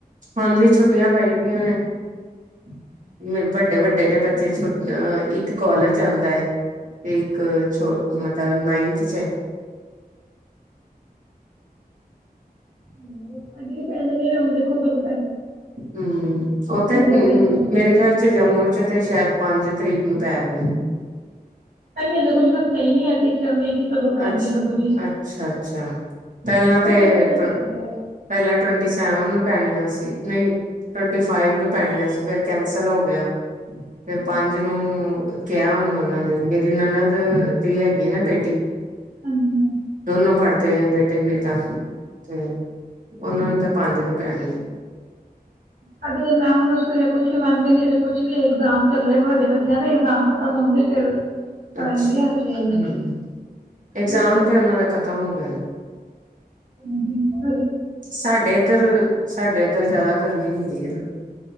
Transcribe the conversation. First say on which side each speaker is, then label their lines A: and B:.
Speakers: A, on the right; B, on the right.
A: ਹੁਣ ਵੀ ਛੁੱਟੀਆਂ ਪਾਈਦੀਆਂ ਨੇ ਵੱਡੇ ਵੱਡੇ ਨੇ ਬ <inaudible> ਇੱਕ ਕੋਾਲਜ ਆਉਂਦਾ ਹੈ ਇੱਕ ਛੋ ਮਲ ਅ ਨਾਇਨਥ ਚ ਏ
B: ਸਾਡੀਆ ਵੀ ਪੈ ਜਾਨੀਆਂ ਨੇ ਹੁਣ ਦੇਖੋ ਕਦੋ
A: ਹਮ ਉੱਥੇ
B: ਹਜੇ
A: ਹਮ
B: ਪਈ ਨਹੀਂ
A: ਮੇਰੇ
B: ਹੈ।
A: ਖਿਆਲ ਚ ਜੰਮੂ ਚ ਤੇ ਸ਼ਾਇਦ ਤੇ ਪੰਜ ਤਰਿਕ ਨੂੰ ਪੈਨ ਗ
B: ਹਜੇ ਕੁੱਝ ਦੱਸਿਆ ਹੀ ਨੀ ਹੈ ਟੀਚਰ ਨੇ ਕਿ ਕਦੋਂ ਪੈਣੀ
A: ਅੱਛ-ਅੱਛਾ-ਅੱਛਾ
B: ਹੈ ਕਦੋਂ ਨਹੀਂ।
A: ਪਹਿਲਾਂ ਤਾ
B: ਹਜੇ ਪੇਪਰ
A: ਟੋ
B: ਚੱਲ ਰਿਹਾ।
A: ਪਹਿਲਾ ਟਵਨਟੀ ਸੈਵਨ ਨੂੰ ਪੈਣੀਆਂ ਸੀ, ਨਹੀਂ ਟਵੰਟੀ ਫਾਈਵ ਨੂੰ ਪੈਣੀਆਂ ਸੀ ਫੇਰ ਕੈਂਸਲ ਹੋ ਗਿਆ। ਫਿਰ
B: ਹਾਂਜੀ।
A: ਪੰਜ ਨੂੰ ਕਿਆ ਹੁਣ ਉਹਨਾਂ ਨੇ ਮੇਰੀ ਨਾਨਦ ਦੀ ਹੈਗੀ ਨਾ ਬੇਟੀ
B: ਹਾਂਜੀ।
A: ਦੋਨੋ ਪੜ੍ਹਦੇ ਆ ਬੇਟੀ, ਬੇਟਾ ਤੇ ਉਨਾਂ ਨੂੰ ਤਾਂ ਪੰਜ ਨੂੰ ਪੈਣਗੇ
B: ਸਾਡੇ ਮੈਮ ਨੂੰ ਸਵੇਰੇ ਪੁੱਛਿਆ ਮੈਮ ਕਿਹੰਦੀ ਅਜੇ ਕੁਝ ਨੀ‌ ਅਗਜਾਮ ਚੱਲ ਰਹੇ ਵੱਡਾ ਬੱਚਿਆਂ ਦੇ ਅਗਜਾਮ ਖਤਮ ਹੋਣਗੇ ਫਿਰ ਪੈਣਗੀਆਂ
A: ਅੱਛਾ
B: ਹਜੇ ਨੀ।
A: ਹਮ ਇਗਜ਼ਾਮ
B: ਮੈਂ ਕਿਹਾ ਚਲੋ
A: ਤੇ ਉਹਨਾਂ ਦੇ ਖਤਮ ਹੋ ਗਏ ਨੇ।
B: ਹੂੰ-ਹੁ
A: ਸਾਡੇ ਇੱਧਰ ਸਾਡੇ ਇੱਧਰ ਜ਼ਿਆਦਾ ਗਰਮੀ ਠੀਕ ਹੈ ਨਾ